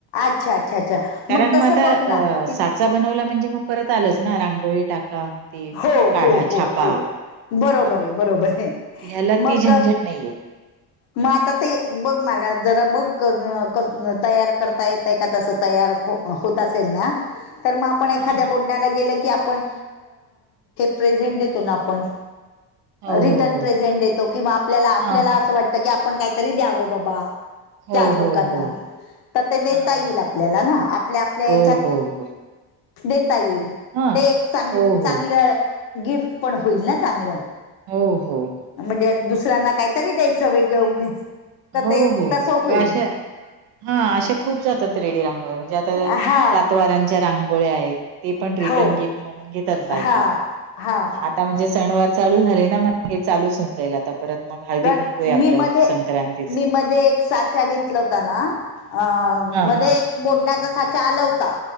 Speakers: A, on the left; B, on the right.
A: अच्छा अच्छा अच्छा
B: कारण
A: तसं
B: मग आता
A: बघ ना
B: अ
A: की
B: सात चा बनवला म्हणजे, मग परत आलंच ना रांगोळी टाका. ते
A: हो
B: काढा
A: हो हो
B: छापा
A: हो, बरोबर
B: हा
A: आहे बरोबर आहे.
B: ह्याला
A: मग
B: ती झंझट नाहीये.
A: मग आता ते बघ मला जरा, बघ करण करणं तयार करता येते. ते का तसं तयार हो होत असेल, ना तर मग पण
B: हा
A: एखाद्या
B: हा
A: <unintelligible> गेलो, की आपण प्रेझेंट देतो ना आपण.
B: हो
A: रिटर्न
B: हो हो.
A: प्रेझेंट देतो, किंवा आपल्याला आपल्याला
B: हा हा
A: असं वाटतं की, आपण काहीतरी द्यावं बाबा.
B: हो
A: चार लोकांना
B: हो हो.
A: तर ते देता
B: हा
A: येईल,
B: हा
A: आपल्याला ना आपल्या आपल्या
B: हो
A: याच्यात
B: हो हो
A: देता येईल,
B: हा
A: ते एक चांग
B: हो
A: चांगलं
B: हो
A: गिफ्ट पण होईल ना चांगलं.
B: हो हो हो
A: म्हणजे दुसऱ्यांना काहीतरी, द्यायचं वेगळं उगीच तर
B: हो
A: ते
B: हो
A: तसं
B: मग
A: होईल.
B: अशा हा असे खूप जातात, रेडी रांगोळ्या म्हणजे आता
A: हा
B: सात वारांच्या रांगोळ्या आहेत. ते पण रिटर्न
A: हो
B: गिफ्ट म्हणून घेतात, बायका
A: हा हा
B: आता म्हणजे सणवार चालू झाले, ना मग हे चालूच होऊन जाईल, आता परत मग हळदी
A: कारण
B: कुंकू आहे आपलं
A: मी मध्ये
B: संक्रांती.
A: मी मध्ये एक साचा घेतला होता ना, अ
B: हा
A: मध्ये
B: हा
A: एक बोडण्याचा साचा आला होता,